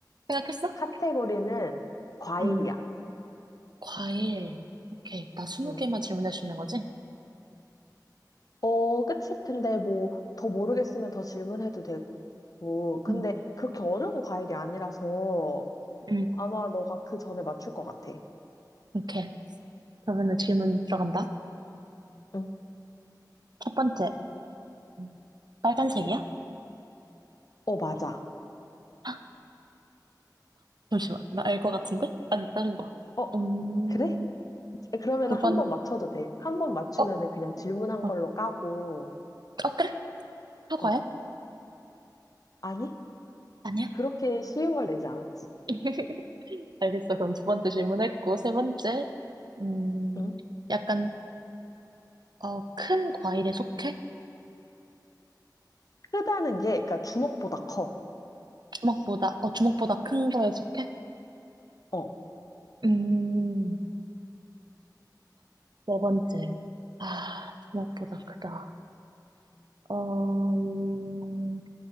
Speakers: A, on the right; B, on the left.
A: 생각했어?
B: 카테고리는 과일이야.
A: 응. 과일. 오케이. 나 스무
B: 응.
A: 개만 질문할 수 있는 거지?
B: 어, 그치. 근데 뭐 더 모르겠으면 더 질문해도 되고. 근데
A: 응,
B: 그렇게 어려운 과일이 아니라서
A: 응.
B: 아마 너가 그 전에 맞출 것 같아.
A: 오케이. 그러면은 질문 들어간다.
B: 응.
A: 첫 번째. 음, 빨간색이야?
B: 어, 맞아.
A: 헉, 잠시만. 나 알 것 같은데? 아니, 다른 거.
B: 어,
A: 음,
B: 그래? 그러면
A: 두
B: 한번
A: 번.
B: 맞춰도 돼. 한 번 맞추면은
A: 어,
B: 그냥 질문한
A: 어,
B: 걸로 까고,
A: 어, 그래? 사과야?
B: 어, 아니?
A: 아니야?
B: 그렇게 쉬운 걸 내지 않았지.
A: <laughs> 알겠어. 그럼 두 번째 질문했고, 세 번째, 음,
B: 응?
A: 약간, 어, 큰 과일에 속해?
B: 크다는 게, 그러니까 주먹보다 커.
A: 주먹보다, 어, 주먹보다 큰 거에 속해?
B: 어,
A: 음, 네 번째. 아, 주먹보다 크다. 어, 음,